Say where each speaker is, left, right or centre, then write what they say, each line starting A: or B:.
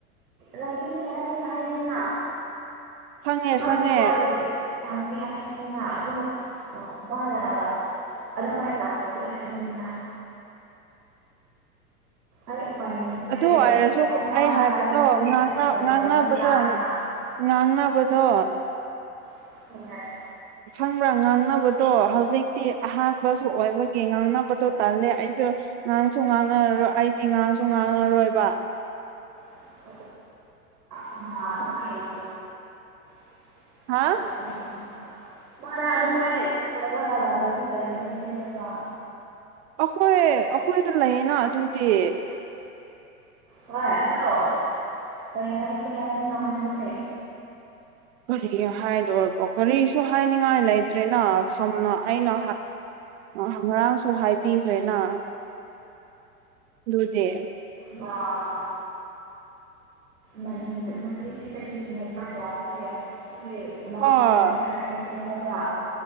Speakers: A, on the right (about 75°); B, on the right (about 50°).
A: ꯂꯩꯒꯅꯤꯅ ꯍꯥꯏꯔꯤꯅ
B: ꯈꯪꯉꯦ
A: ꯃꯥꯒꯤ
B: ꯈꯪꯉꯦ
A: ꯐꯣꯟ ꯂꯩ ꯊꯝꯒꯦ ꯍꯥꯏ ꯅꯤꯅ ꯑꯣ ꯃꯥꯅ ꯑꯗꯨꯃꯥꯏꯅ ꯇꯧꯔꯅꯤ ꯍꯥꯏꯕꯅꯤꯗ ꯑꯩ ꯎꯄꯥꯏ ꯂꯩꯇꯦ
B: ꯑꯗꯨ ꯑꯣꯏꯔꯁꯨ
A: ꯍꯥꯏꯕ
B: ꯑꯩ
A: ꯍꯥꯏ
B: ꯍꯥꯏꯕꯗꯣ
A: ꯍꯥꯏꯁ ꯀꯔꯤ
B: ꯉꯥꯡꯅꯕꯗꯣ
A: ꯇꯧꯗꯣꯏꯕ꯭ꯔꯥ ꯍꯥꯏꯕ
B: ꯉꯥꯡꯅꯕꯗꯣ
A: <unintelligible>
B: ꯈꯪꯕ꯭ꯔꯥ ꯉꯥꯡꯅꯕꯗꯣ ꯍꯧꯖꯤꯛꯇꯤ ꯑꯍꯥꯟꯕꯁꯨ ꯑꯣꯏꯕꯒꯤ ꯉꯥꯡꯅꯕꯗꯣ ꯇꯜꯂꯦ ꯑꯩꯁꯨ ꯉꯥꯡꯁꯨ ꯉꯥꯡꯅꯔꯔꯣꯏ ꯑꯩꯗꯤ ꯉꯥꯡꯁꯨ ꯉꯥꯡꯉꯔꯣꯏꯕ
A: <unintelligible> ꯃꯥꯅ ꯑꯗꯨꯃꯥꯏꯅ <unintelligible>
B: ꯍꯥ
A: ꯃꯥꯅ ꯑꯗꯨ ꯃꯥꯏ ꯇꯧꯔꯒ ꯌꯥꯗꯔ꯭ꯗꯤ ꯀꯔꯤ ꯍꯥꯏꯁꯦꯕ
B: ꯑꯩꯈꯣꯏ ꯑꯩꯈꯣꯏꯗ ꯂꯩꯌꯦꯅ ꯑꯗꯨꯗꯤ
A: ꯍꯣꯏ ꯑꯗꯣ ꯀꯔꯤ ꯍꯥꯏꯁꯦ ꯍꯥꯏꯕꯅꯣ ꯍꯥꯏꯕꯅꯦ
B: ꯀꯔꯤꯒꯤ ꯍꯥꯏꯗꯣꯏꯕ ꯀꯔꯤꯁꯨ ꯍꯥꯏꯅꯤꯡꯉꯥꯏ ꯂꯩꯇ꯭ꯔꯦꯅ ꯁꯝꯅ ꯑꯩꯅ ꯑ ꯉꯔꯥꯡꯁꯨ ꯍꯥꯏꯕꯤꯈ꯭ꯔꯦꯅ ꯑꯗꯨꯗꯤ
A: ꯑ ꯃꯔꯤ ꯃꯔꯤꯗꯒꯤ ꯍꯦꯟꯕ ꯌꯥꯗꯔꯦ ꯑꯩꯈꯣꯏ ꯂꯝ
B: ꯍꯣꯏ
A: ꯂꯩꯇꯦ ꯍꯥꯏꯔꯁꯦ ꯍꯥꯏꯕ꯭ꯔ